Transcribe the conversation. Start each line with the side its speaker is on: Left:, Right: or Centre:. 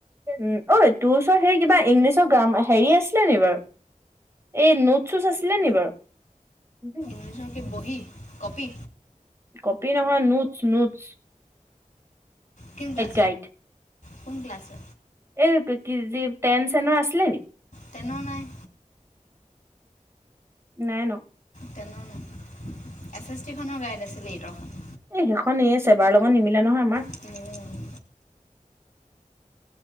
Right: উ, অঐ তোৰ ওচৰত সেই কিবা ইংলিছৰ গ্ৰাম হেৰি আছিলে নি বাৰু এই নোট চুচ আছিলে নি বাৰু
Left: <unintelligible> বহ কপি
Right: কপি নহয়, নোটচ নোটচ
Left: ক্লা
Right: গাইড
Left: কোন ক্লাছছে
Right: এই কি যি টেন চেনৰ আছিলে নি?
Left: টেনৰ নাই।
Right: নাই ন'।
Left: টেনৰ নাই, এছ এছ টি খনৰ গাইড আছিলে ইতৰ কাৰ
Right: এই সেইখন এই চেবাৰ লগত নিমিলে নহয় আমাৰ।
Left: <unintelligible>